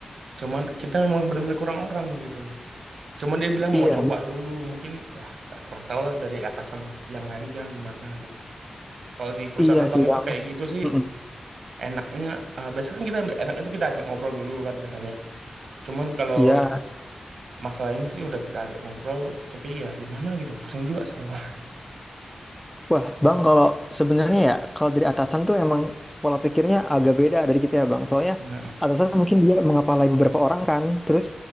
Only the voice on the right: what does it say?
cuman kita memang benar-benar kurang orang gitu cuman dia bilang
mau coba dulu mungkin ya nggak kurang tahu lah dari atasan yang lain yang gimana gitu kalau di perusahaan
abang
itu
kayak gitu sih
enaknya eh, biasanya kan kita enak itu kita ajak ngobrol dulu kan biasanya cuman kalau
masalah ini sih udah kita ajak ngobrol tapi ya gimana gitu pusing juga saya bang
Nah,